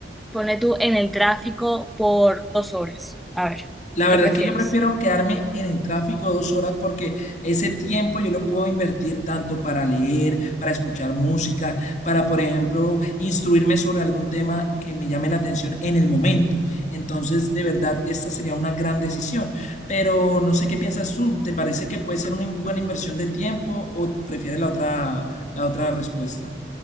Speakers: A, in the centre; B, on the left (about 40°).
A: pone tú en el tráfico por dos horas. A ver,
B: La
A: ¿qué
B: verdad
A: prefieres?
B: es que yo prefiero quedarme en el tráfico dos horas porque ese tiempo yo lo puedo invertir tanto para leer, para escuchar música, para, por ejemplo, instruirme sobre algún tema que me llame la atención en el momento. Entonces, de verdad, esta sería una gran decisión. Pero no sé qué piensas tú. ¿Te parece que puede ser una in- buena inversión de tiempo o prefieres la otra, la otra respuesta?